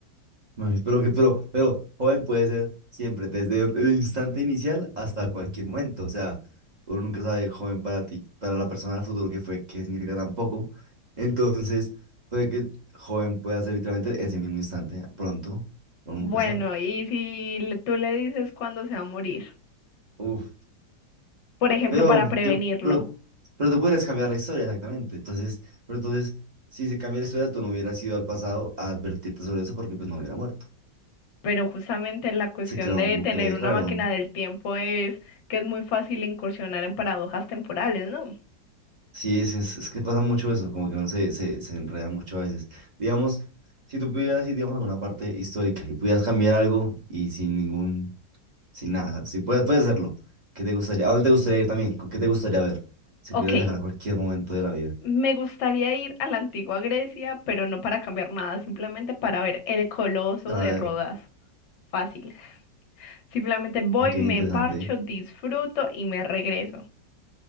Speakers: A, on the right; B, on the left.
A: Ay, Pero que, pero, pero joven puede ser siempre, desde el instante inicial hasta cualquier momento. O sea, uno nunca sabe joven para ti, para la persona del futuro que fue, qué significa tampoco. Entonces, puede que joven pueda ser literalmente ese mismo instante, pronto, uno
B: Bueno,
A: nunca sabe.
B: y si le- tú le dices cuándo se va a morir,
A: Uf,
B: por ejemplo,
A: pero
B: para prevenirlo,
A: yo, pero, pero tú puedes cambiar la historia exactamente. Entonces, pero entonces, si se cambia la historia, tú no hubieras ido al pasado a advertirte sobre eso porque pues no hubiera muerto.
B: pero justamente la cuestión
A: Se crea
B: de
A: un bucle
B: tener
A: ahí
B: una
A: raro.
B: máquina del tiempo es que es muy fácil incursionar en paradojas temporales, ¿no?
A: Sí, es, es, es que pasa mucho eso, como que uno se, se, se enreda mucho a veces. Digamos, si tú pudieras ir, digamos, a alguna parte histórica y pudieras cambiar algo y sin ningún, sin nada, o sea, si puedes, puedes hacerlo, ¿qué te gustaría? ¿A dónde te gustaría ir también? ¿Con qué te gustaría ver? Si
B: Ok,
A: pudieras viajar a cualquier momento de la vida
B: me gustaría ir a la antigua Grecia, pero no para cambiar nada, simplemente para ver el Coloso
A: para
B: de
A: ver,
B: Rodas. Fácil. Simplemente voy,
A: ok,
B: me
A: interesante,
B: parcho, disfruto y me regreso.